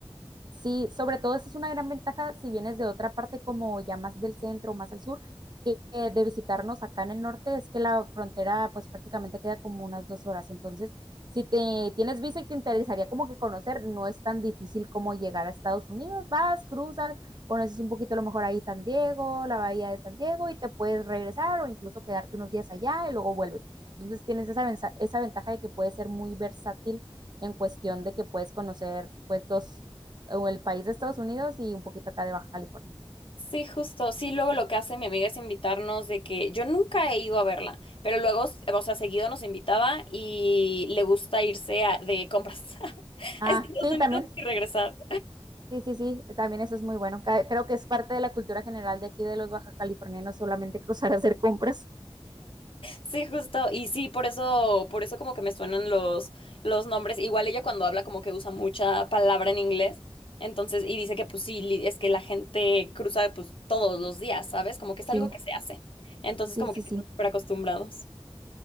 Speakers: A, on the right; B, on the left.
A: Sí, sobre todo esa es una gran ventaja si vienes de otra parte como ya más del centro, más al sur, que eh, de visitarnos acá en el norte es que la frontera pues prácticamente queda como unas dos horas. Entonces, si te tienes visa y te interesaría como que conocer, no es tan difícil como llegar a Estados Unidos. Vas, cruzas, conoces un poquito a lo mejor ahí San Diego, la bahía de San Diego y te puedes regresar o incluso quedarte unos días allá y luego vuelves. Entonces, tienes esa, venza- esa ventaja de que puedes ser muy versátil en cuestión de que puedes conocer pues dos o el país de Estados Unidos y un poquito acá de Baja California.
B: Sí, justo. Sí, luego lo que hace mi amiga es invitarnos de que yo nunca he ido a verla, pero luego, o sea, seguido nos invitaba y le gusta irse a- de compras <laughs>
A: Ah,
B: a Estados
A: sí,
B: Unidos
A: también.
B: y regresar.
A: Sí, sí, sí, también eso es muy bueno. Ca- Creo que es parte de la cultura general de aquí de los baja californianos solamente cruzar a hacer compras.
B: Sí, justo. Y sí, por eso, por eso como que me suenan los, los nombres. Igual ella cuando habla como que usa mucha palabra en inglés. Entonces, y dice que pues sí, li- es que la gente cruza pues todos los días, ¿sabes? Como que es
A: Sí,
B: algo que se hace. Entonces,
A: sí,
B: como
A: sí,
B: que sí
A: sí,
B: están súper acostumbrados.